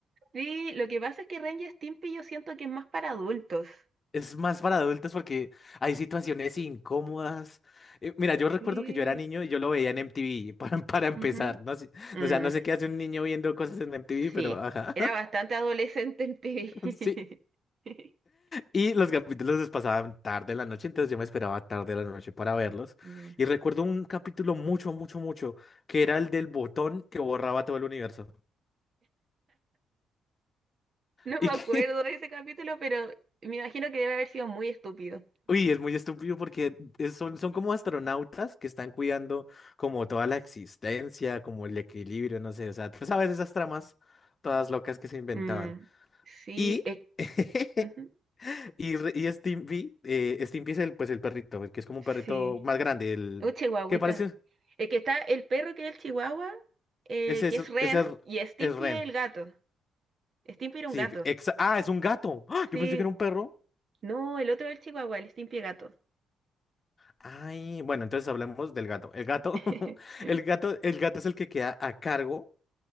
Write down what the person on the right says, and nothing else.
Sí, lo que pasa es que Ren y Stimpy yo siento que es más para adultos.
Sí.
Ujú.
Mm,
sí,
era bastante adolescente en TV.
<laughs>
Mm.
No
me acuerdo
de ese capítulo, pero me imagino que debe haber sido muy estúpido.
Ujú. Mm, sí,
eh,
ujú,
sí.
Un chihuahuita.
es que está el perro que es el chihuahua, eh,
que
es Ren,
y Stimpy
es el gato. Stimpy era
un gato.
Sí.
No, el otro es el chihuahua, el Stimpy es gato.
<laughs>